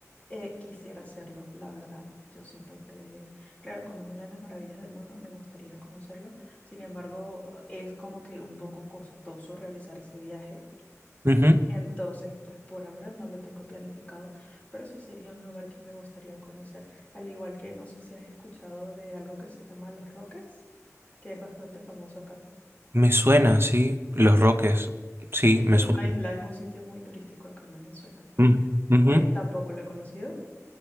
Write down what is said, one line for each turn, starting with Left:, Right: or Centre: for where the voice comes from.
Left: Eh, quisiera hacerlo, la verdad. Yo siento que, claro, como es una de las maravillas del mundo, me gustaría conocerlo. Sin embargo, es como que un poco costoso realizar ese viaje.
Right: Ujú. Ujú.
Left: Entonces, pues por ahora no lo tengo planificado, pero sí sería un lugar que me gustaría conocer. Al igual que no sé si has escuchado de algo que se llama Los Roques, que es bastante famoso acá.
Right: Me suena, sí. Los Roques, sí,
Left: Es
Right: me
Left: como
Right: suena.
Left: una isla, es un sitio muy turístico acá en Venezuela.
Right: Ujú. Ujú.
Left: Eh, tampoco lo he conocido.